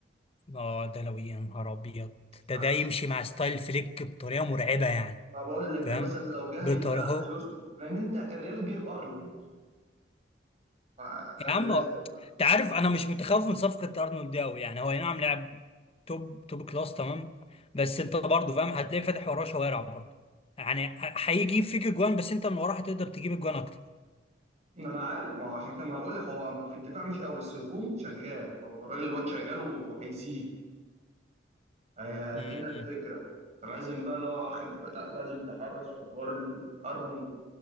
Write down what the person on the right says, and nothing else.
ف-
ما بقول لك ده
مثلا لو جه
هيبقى هيظبط لان انت الريال جايب ارنولد فخلي
بالك
بقى.
ما انا عارف ما هو عشان كده ما بقول لك هو في الدفاع مش قوي بس هجوم شغال هو الراجل الواد شغال وهيزيد آه،
هنا الفكره لازم بقى اللي هو واخد لا لازم تحرص في حوار الارنولد